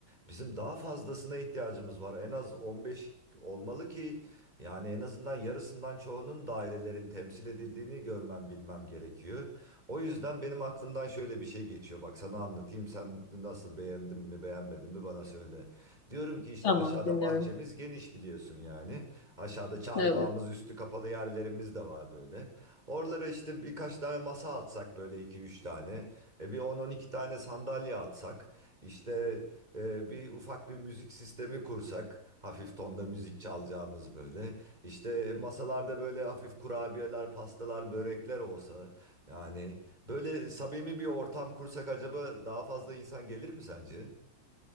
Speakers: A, on the right; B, on the left.
A: Bizim daha fazlasına ihtiyacımız var. En az 15 olmalı ki yani en azından yarısından çoğunun dairelerin temsil edildiğini görmem bilmem gerekiyor. O yüzden benim aklımdan şöyle bir şey geçiyor. Bak sana anlatayım. Sen nasıl beğendin mi beğenmedin mi bana söyle. Diyorum ki işte
B: Tamam
A: aşağıda
B: dinliyorum.
A: bahçemiz geniş biliyorsun yani. Aşağıda çardağımız
B: Evet.
A: üstü kapalı yerlerimiz de var böyle. Oralara işte birkaç tane masa atsak böyle iki üç tane. E bir on on iki tane sandalye atsak. İşte ee, bir ufak bir müzik sistemi kursak, hafif tonda müzik çalacağımız böyle. İşte masalarda böyle hafif kurabiyeler, pastalar, börekler olsa. Yani böyle samimi bir ortam kursak acaba daha fazla insan gelir mi sence?